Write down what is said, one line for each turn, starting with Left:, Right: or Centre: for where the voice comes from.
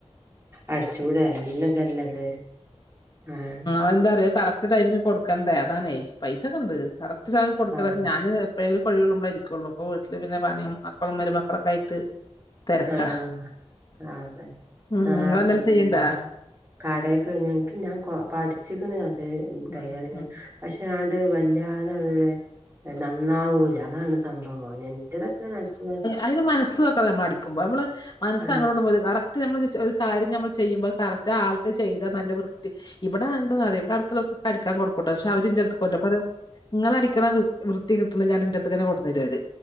Right: അടിച്ചൂടല്ലതല്ലത് ആഹ.
Left: അഎന്താറിയോ കറക്റ്റ് ടൈമിന് കൊടുക്കണ്ടേ അതാാണേ പൈസ ക്കെ ഉണ്ട് അ.. സാധം കൊടുക്കണ
Right: ആഹ്
Left: ഞാന് <unintelligible> ഇരിക്കുള്ളൂ അപ്പൊ വീട്ടില് പിന്നെ പണിയും. മക്കളും മരുമക്കളൊക്കെ ആയിട്ട്. തെരക്കാ
Right: ആഹ അതെ
Left: ഉം
Right: ആഹ
Left: ഉം ഇങ്ങളെന്തേലും
Right: പിന്നെ.
Left: ചെയ്യ്ണ്ടാ
Right: കടയൊക്കെ എനിക്ക് ഞാൻ പഠിച്ചിക്കണു അത്
Left: ഉം
Right: ടൈലറിംഗ്
Left: ഉം
Right: പക്ഷെ. വല്ലാതെള്ള നന്നാവൂല അതാണ്. സംഭവോ എന്റെ ഇതൊക്കെ അടിച്ച..
Left: അതിന് മനസ്സൊക്കെ നമ്മളടിക്കുമ്പോ നമ്മള് മനസ്
Right: ആഹ്
Left: അങ്ങോട്ടും ഇങ്ങോട്ടും പോകല്ലേ. നമ്മൾ ഒരു കാര്യം നമ്മൾ ചെയ്യുമ്പോ കറക്റ്റ് ആൾക്ക് ചെയ്താ നല്ല വൃത്തി ഇവിടെ എന്താ.. പറയ ഇവിടെ അടുത്തുള്ള അടിക്കാ കൊടുക്കൂട്ടെ പക്ഷെ അവരിന്റെ അടുത്ത് <unintelligible> നിങ്ങള അടിക്കണ വൃ വൃത്തി കിട്ടുന്നല്ലാന്ന് പറഞ്ഞിട്ട്ന്റെറടുത്തന്നെ കൊണ്ട് തരു അവര്.